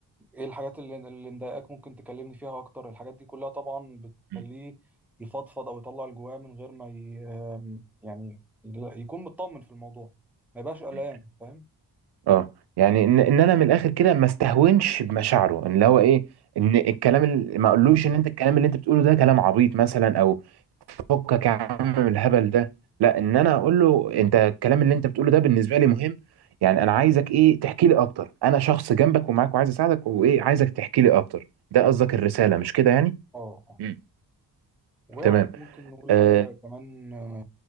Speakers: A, in the centre; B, on the right.
A: ايه الحاجات اللي اللي مضايقاك ممكن تكلمني فيها اكتر الحاجات دي كلها طبعا بتخليه
B: مم.
A: يفضفض او يطلع اللي جواه من غير ما ي... آم، يعني يكون مطمن في الموضوع ما يبقاش قلقان
B: مم.
A: فاهم
B: اه يعني ان ان انا من الاخر كده ما استهونش بمشاعره ان اللي هو ايه ان الكلام اللي ما اقولوش ان انت الكلام اللي انت بتقوله ده كلام عبيط مثلا او فكك يا عم من الهبل ده لا ان انا اقول له انت الكلام اللي انت بتقوله ده بالنسبه لي مهم يعني انا عايزك ايه تحكي لي اكتر انا شخص جنبك ومعاك وعايز اساعدك وايه عايزك تحكي لي اكتر ده
A: بالظبط
B: قصدك الرساله مش كده يعني
A: اه آه.
B: مم.
A: ويعني
B: تمام
A: ممكن نقول
B: اه
A: حاجه كمان ان